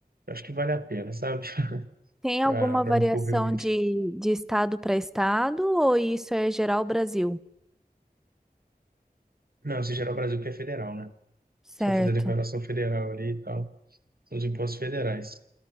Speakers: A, on the right; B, in the centre.
A: Eu acho que vale a pena, sabe? <laughs>
B: Tem alguma
A: Para
B: variação
A: não correr o risco.
B: de, de estado para estado ou isso é geral Brasil?
A: Não, se gerar o Brasil que é federal, né?
B: Certo,
A: Você vai fazer declaração federal ali e tal. São os impostos federais.